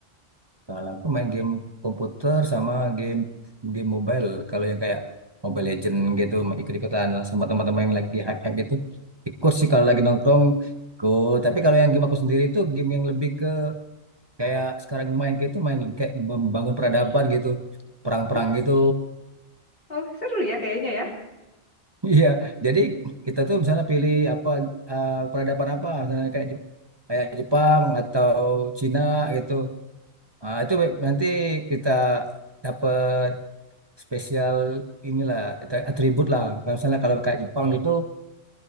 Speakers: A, on the right; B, on the left.
A: Kalau aku main game komputer sama game game mobile. Kalau yang kayak Mobile Legend gitu ikut-ikutan lah sama teman-teman yang lagi hype-hype gitu. Ikut sih kalau lagi nongkrong ikut. Tapi kalau yang game aku sendiri itu game yang lebih ke kayak sekarang main kayak itu main lebih kayak membangun peradaban gitu perang-perang
B: Oh,
A: gitu
B: oh seru ya kayaknya ya.
A: <laughs> iya jadi kita tuh misalnya pilih apa eh, peradaban apa misalnya kayak Jep- kayak Jepang atau Cina gitu Ah, itu nanti kita dapat spesial inilah at- atribut lah kalau misalnya kalau kayak Jepang gitu